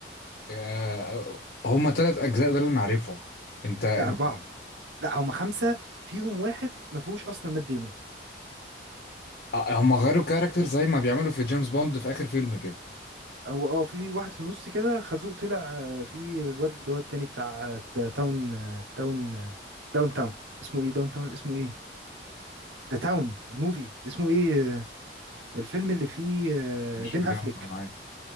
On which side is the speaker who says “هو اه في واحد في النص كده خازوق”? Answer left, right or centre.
Right